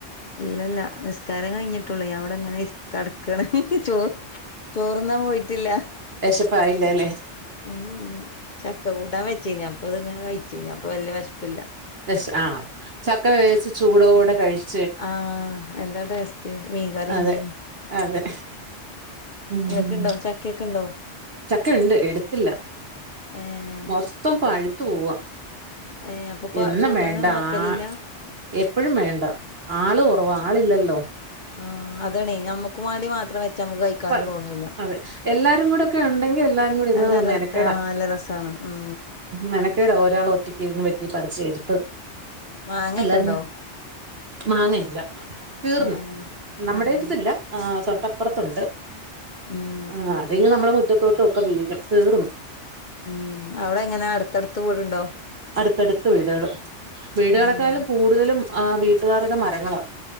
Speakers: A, on the left (about 45°); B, on the right (about 55°).
A: ഇല്ലല്ല നിസ്കാരം കഴിഞ്ഞിട്ടുള്ളൂ ഞാവടെങ്ങനെരി കടക്കാണ് ചോർ ചോറ്ന്നാ പോയിട്ടില്ല
B: വിശപ്പായില്ലല്ലേ
A: മ്മ് മ്മ് ചക്ക കൂട്ടാൻ വെച്ചീന് അപ്പൊത്ങ്ങനെ കഴിച്ചീന അപ്പൊ വല്ല്യ വെശ്പ്പില്ല
B: വെശ് ആ ചക്ക വേവിച്ച് ചൂടോടെ കഴിച്
A: ആ എന്താ ടേസ്റ്റ് മീൻകറി
B: അതെ
A: ഇണ്ടെയ്നു
B: അതെ ഉം
A: ഇങ്ങക്ക് ഇണ്ടോ ചക്കയൊക്കെ ഇണ്ടോ
B: ചക്കയുണ്ട് എടുത്തില്ല
A: ഏഹ്
B: മോശ് ത്തം പാഴുത്തു പോവാ
A: ഏഹ് അപ്പൊ കു
B: എന്നും
A: കൂട്ടാനൊന്നും
B: വേണ്ട
A: വെക്കലില്ല
B: ആ എപ്പഴും വേണ്ട ആള് കൊറവാ് ആളില്ലല്ലോ
A: ആ അതാണേ നമ്മക് ക്കുമാണ്ടി മാത്രം വെച്ച നമുക്ക് കഴിക്കാനും
B: പ
A: തോന്നൂല്ല
B: അതെ എല്ലാരും കൂടെ ഒക്കെ ഉണ്ടെങ്കി എല്ലാരും കൂടി ഇത്
A: എല്ലാരു
B: മെനക്കേടാ
A: ആ നല്ല രസാണ് ഉം
B: മെനക്കേടാ ഒരാള ഒറ്റക്കിരുന്ന് വെത്തി പറിച്ച എടുത്ത്
A: മാങ്ങയൊക്കെണ്ടോ?
B: എല്ലാരും മാങ്ങയില്ല തീർന്നു
A: ഏഹ്
B: നമ്മടേടുത്തില്ല
A: ആഹ്
B: ഏ തൊ പ്പുറത്തുണ്ട്
A: ഉം
B: ആ അതിനി നമ്മളെ മുറ്റത്തോട്ടൊക്കെ വീഴും തീർന്നു
A: ഉം അവടെങ്ങനാ അടുത്തടുത്ത് വീടുണ്ടോ?
B: അടുത്തടുത്ത വീടുകൾ വീടുകളെക്കളും
A: ആഹ്
B: കൂടുത കൂടുതലും ആ് വീട്ടുകാരുടെ മരങ്ങള